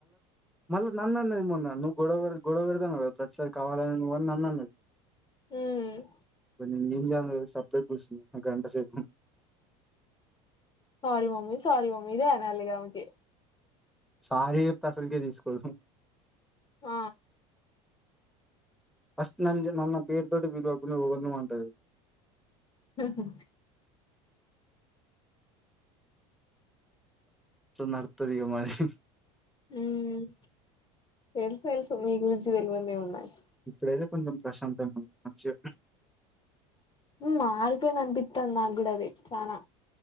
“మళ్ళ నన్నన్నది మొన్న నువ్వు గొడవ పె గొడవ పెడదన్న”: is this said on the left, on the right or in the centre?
Centre